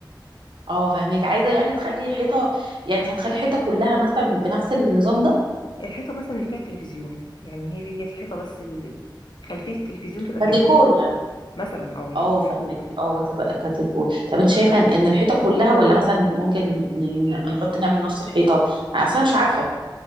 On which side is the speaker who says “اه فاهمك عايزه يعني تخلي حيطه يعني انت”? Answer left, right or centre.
Right